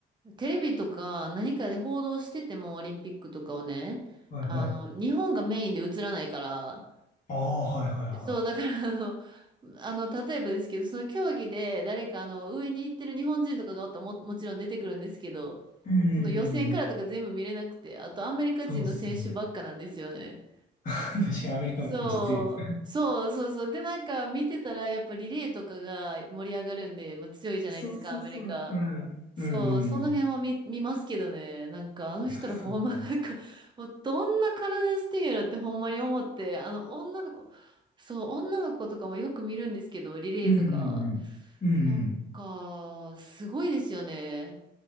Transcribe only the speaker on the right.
テレビとか何かで報道しててもオリンピックとかをね、
あの、日本がメインで映らないから、
そう、だからあの、<laughs> あの、例えばですけど、その競技で誰かあの、上に行ってる日本人とかがおったらも、もちろん出てくるんですけど、
その予選からとか全部見れなくて、
あとアメリカ人の選手ばっかなんですよね。
そう、
そうそうそう。で、なんか見てたら、やっぱリレーとかが盛り上がるんで、まあ、強いじゃないですか、
アメリカ。
そう、
その辺は見、
見ますけどね、なんかあの人らほんま、
なんか、もうどんな体してんやろってほんまに思って、あの女の子、そう、女の子とかもよく見るんですけど、リレーとか、
なんか、すごいですよね。